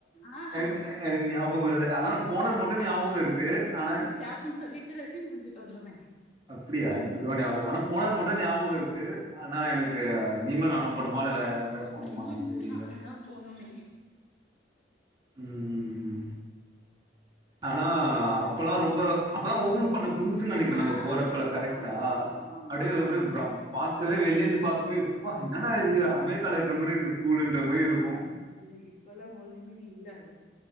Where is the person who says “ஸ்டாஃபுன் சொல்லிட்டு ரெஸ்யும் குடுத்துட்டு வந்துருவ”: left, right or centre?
Left